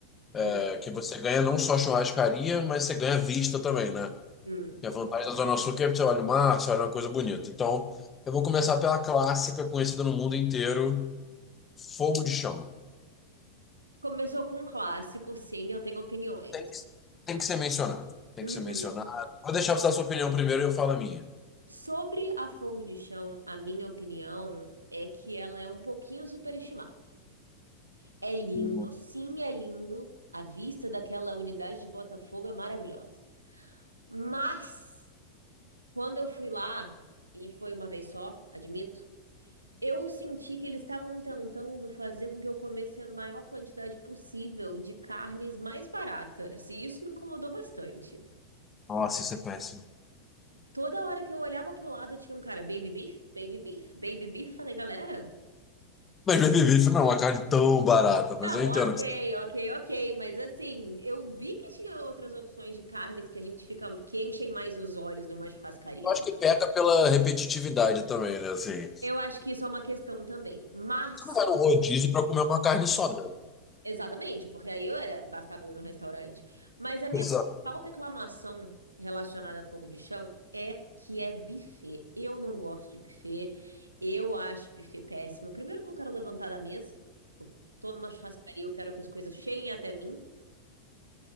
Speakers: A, on the left; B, on the right.
A: é,
B: Hum,
A: que você ganha não só churrascaria, mas você ganha vista também, né?
B: hum.
A: E a vantagem da Zona Sul é que é, você olha o mar, você olha uma coisa bonita. Então, eu vou começar pela clássica conhecida no mundo inteiro, fogo de chão.
B: Começou com um clássico, sim, eu tenho opiniões.
A: Tem que, tem que ser mencionado. Tem
B: Uhum.
A: que ser mencionado. Vou deixar você dar sua opinião primeiro e eu falo a minha.
B: Sobre a Fogo de Chão, a minha opinião é que ela é um pouquinho superestimada. É lindo,
A: Uhum.
B: sim, é lindo. A vista daquela unidade de Botafogo é maravilhosa. Mas, quando eu fui lá, e foi uma vez só, admito, eu senti que eles estavam tentando fazer com que eu comesse a maior quantidade possível de carnes mais baratas. E isso me incomodou bastante.
A: Nossa, isso é péssimo.
B: Toda hora que eu olhava pro lado, tinha um cara, baby beef, baby beef, baby beef. Falei, galera.
A: Mas baby beef não é uma carne tão barata, mas
B: Não,
A: eu entendo.
B: ok, ok, ok, mas assim, eu vi que tinha outras opções de carnes que a gente fica, que enchem mais os olhos numa churrascaria,
A: Eu acho
B: sabe?
A: que peca pela repetitividade também, né? Assim,
B: Eu acho que isso é uma questão também, mas...
A: você não vai no rodízio para comer uma carne só, né?
B: Exatamente, porque aí eu, é, bastava eu ir no restaurante. Mas a minha
A: Exato.
B: principal reclamação relacionada a fogo de chão é que é buffet. Eu não gosto de buffet, eu acho buffet péssimo. Primeiro que eu não quero levantar da mesa, eu tô numa churrascaria, eu quero que as coisas cheguem até mim,